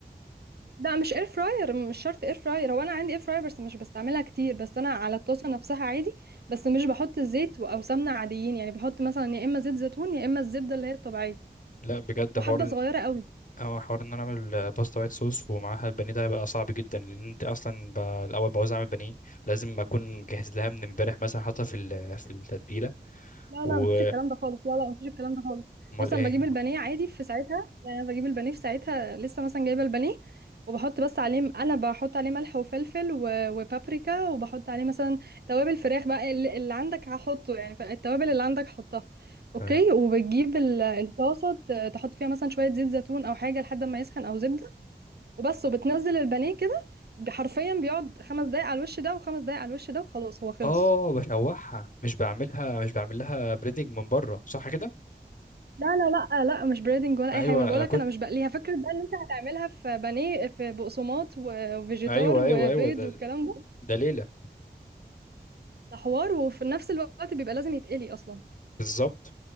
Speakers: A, on the right (about 65°); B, on the left (about 50°).
A: لا مش اير فراير مش شرط اير فراير هو انا عندي اير فراير بس مش بستعملها كتير بس انا على الطاسه نفسها عادي بس مش بحط الزيت و- او سمنه عاديين يعني بحط مثلا يا اما زيت زيتون يا اما الزبده اللي هي الطبيعيه
B: لا بجد
A: وحبه
B: حوار
A: صغيره قوي
B: اه حوار ان انا اعمل باستا وايت صوص ومعاها البانيه ده هيبقى صعب جدا لان انت اصلا ب... الاول بعوز اعمل بانيه لازم اكون مجهز لها من امبارح مثلا حاطها في ال... في التتبيله
A: لا
B: وامال
A: لا مفيش الكلام ده خالص لا لا مفيش الكلام ده خالص بص
B: ايه
A: انا بجيب البانيه عادي في ساعتها يعني انا بجيب البانيه في ساعتها لسه مثلا جايبه البانيه وبحط بس عليه انا بحط عليه ملح وفلفل و... وبابريكا وبحط عليه مثلا توابل فراخ بقى اللي, اللي عندك هحطه يعني فالتوابل اللي عندك حطها
B: تمام
A: اوكي وبتجيب ال- الطاسه ت- تحط فيها مثلا شويه زيت زيتون او حاجه لحد ما يسخن او زبده وبس وبتنزل البانيه كده حرفيا بيقعد خمس دقايق على الوش ده وخمس دقايق على الوش ده وخلاص هو خلص
B: اه بشوحها مش بعملها مش بعمل لها بريدنج من بره صح كده
A: لا لا لا آه، لا مش بريدنج ولا
B: ايوه
A: اي حاجه ما انا
B: انا
A: بقولك
B: كنت
A: انا مش بقليها فكره بقى ان انت هتعملها في بانيه في بقسماط و- وفيجيتار
B: ايوه
A: وبيض
B: ايوه ايوه أيوة، ده
A: والكلام ده
B: ده ليله
A: ده حوار وفي نفس الوقت بيبقى لازم يتقلي اصلا
B: بالظبط